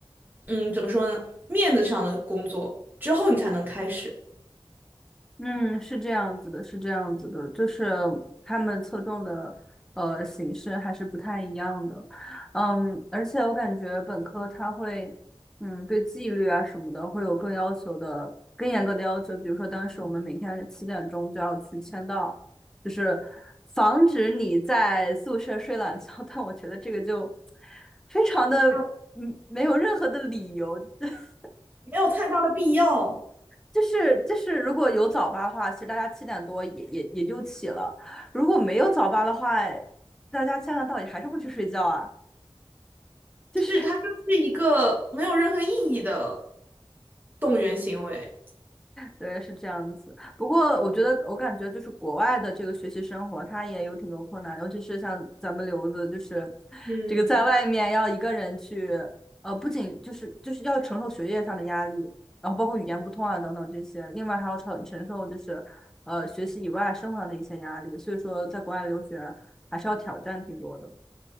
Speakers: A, on the right (about 20°); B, in the centre.
A: 嗯，怎么说呢？面子上的工作之后你才能开始，
B: 嗯，是这样子的，是这样子的，就是他们侧重的呃形式还是不太一样的，嗯，而且我感觉本科它会，嗯，对纪律啊什么的会有更要求的、更严格的要求，比如说当时我们每天七点钟就要去签到，就是防止你在宿舍睡懒觉，但我觉得这个就非常的嗯没有任何的理由，
A: 没有
B: <laughs>
A: 没有太大的必要。
B: 就是就是如果有早八的话，其实大家七点多也也也就起了；如果没有早八的话，大家千万到底还是会去睡觉啊。就是
A: 是，它就是一个没有任何意义的动员行为。
B: 对，是这样子。不过我觉得，我感觉就是国外的这个学习生活，它也有挺多困难，尤其是像咱们留子，就是
A: 嗯，
B: 这个在外面要一个人去，呃，不仅就是就是要承受学业上的压力，然后包括语言不通啊等等这些，另外还要承承受就是呃学习以外生活上的一些压力。所以说，在国外留学还是要挑战挺多的。